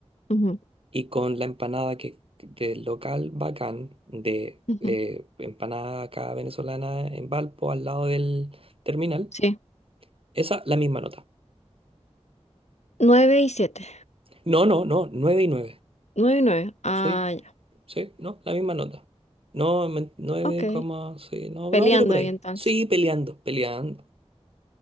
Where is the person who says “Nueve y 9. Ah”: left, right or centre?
Left